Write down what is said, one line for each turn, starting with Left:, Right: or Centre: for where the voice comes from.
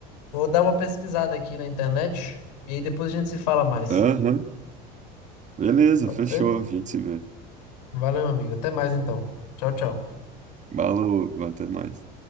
Left: vou dar uma pesquisada aqui na internet e aí depois a gente se fala mais.
Right: Aham, beleza,
Left: Pode
Right: fechou.
Left: ser?
Right: A gente se vê.
Left: Valeu, amigo. Até mais então. Tchau, tchau.
Right: Falou, até mais.